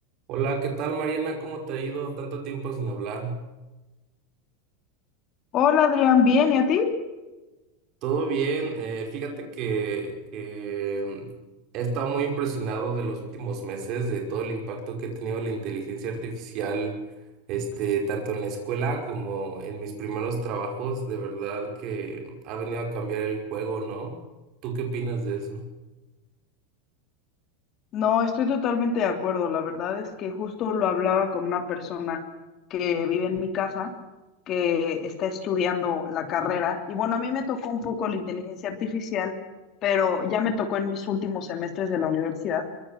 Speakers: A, on the right; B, on the left.
A: Hola, ¿qué tal Mariana? ¿Cómo te ha ido? Tanto tiempo sin hablar.
B: Hola Adrián, ¿bien? ¿Y a ti?
A: Todo bien, eh, fíjate que, que mm, he estado muy impresionado de los últimos meses, de todo el impacto que ha tenido la inteligencia artificial, este, tanto en la escuela como en mis primeros trabajos, de verdad que ha venido a cambiar el juego, ¿no? ¿Tú qué opinas de eso?
B: No, estoy totalmente de acuerdo. La verdad es que justo lo hablaba con una persona que vive en mi casa, que está estudiando la carrera. Y bueno, a mí me tocó un poco la inteligencia artificial, pero ya me tocó en mis últimos semestres de la universidad.